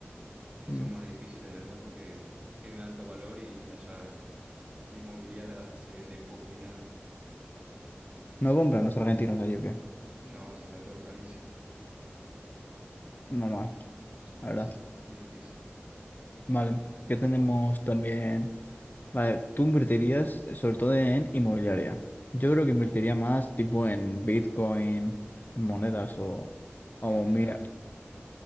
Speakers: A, on the right (about 30°); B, on the left (about 45°).
A: que
B: Mm.
A: son más difíciles de vender porque tienen alto valor y allá la inmobiliaria se vende poco y nada.
B: No compran los argentinos ahí, ¿o qué?
A: No, sí está todo carísimo.
B: Normal,
A: Así que
B: la verdad.
A: es, es difícil.
B: Vale, qué tenemos también. Vale, tú invertirías eh, sobre todo en inmobiliaria. Yo
A: Sí,
B: creo que invertiría más tipo en Bitcoin, en monedas
A: mm,
B: o, o
A: muy arriesgado.
B: mi-